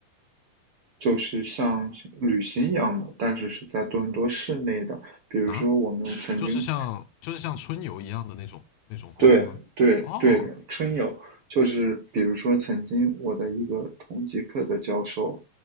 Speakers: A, on the right; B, on the left.
A: 就是像旅行一样的，但是是在多伦多市内的。比如说，
B: 啊，
A: 我们曾经
B: 就是像就是像春游一样的那种那种活动吗？
A: 对对对的，
B: 哦
A: 春游就是比如说，曾经我的一个同级课的教授，